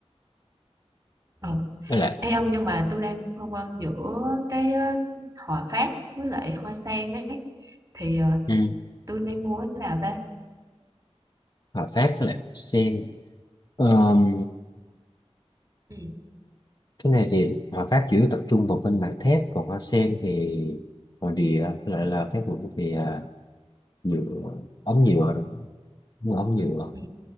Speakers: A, on the right; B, on the left.
A: ừ.
B: với lại
A: Ê ông nhưng mà tôi đang phân vân giữa cái ờ, hòa phát với lại hoa sen ấy thì ờ,
B: ừ,
A: tôi nên mua cái nào ta
B: Hòa Phát với lại Sen Ờm,
A: ừ
B: cái này thì Hòa Phát chủ yếu tập trung vào bên mảng thép còn Hoa Sen thì ngoài địa với lại là các vùng về ờ, nhựa ống nhựa rồi, mua ống nhựa
A: ừ